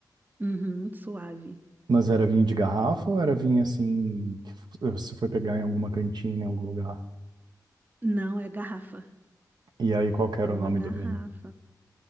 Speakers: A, on the right (about 25°); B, on the right (about 75°).
A: Uhum, suave.
B: mas era vinho de garrafa ou era vinho, assim, que você foi pegar em alguma cantina, em algum lugar?
A: Não, é garrafa.
B: E aí, qual que era
A: Era
B: o
A: uma
B: nome
A: garrafa.
B: do vinho?